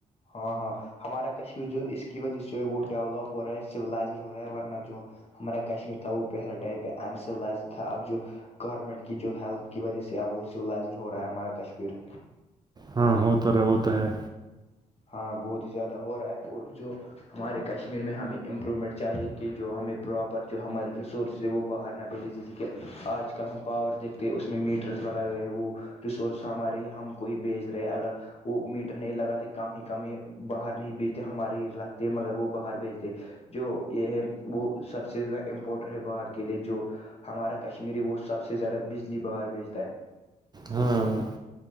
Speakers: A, on the left; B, on the right.
A: ہاں ہاں ہمارا کشمیر جو اس کی وجہ سے وہ ڈیولپ ہو رہا ہے سلائزڈ ہو رہا ہے ورنہ جو ہمارا کشمیر تھا وہ پہلا ائپ ہےس تھا اب جو گورنمنٹ کی جو ہیلتھ کی وجہ سے اب وہ سولائزڈ ہو رہا ہے ہمارا کشمیر
B: ہاں ہو تو رہ ہوتا ہے
A: ہاں بہت ہی زیادہ ہو رہا ہے اور جو ہمارے کشمیر میں ہمیں امپرومنٹ چاہیے کہ جو ہمیں پراپر جو ہمارے ریسورسز ہے وہ باہر نہ بھیجے جسے کہ آج کل ہم پاور دیکھتے اس میں میٹرس لگائے ہوئے ہیں وہ ریسورس ہمارے ہی ہم کو ہی بھیچ رہے اگر وہ میٹر نہیں لگا تو کم ہی کم ہی باہر نہیں بیچتے ہمارے ہی لگتے مگر وہ باہر بیچتے جو یہ ہے وہ سب سے زیادہ امپورٹر ہے باہر کے لیے جو ہمارا کشمیر ہے وہ سب سے زیادہ بجلی باہر بیچتا ہے
B: ہاں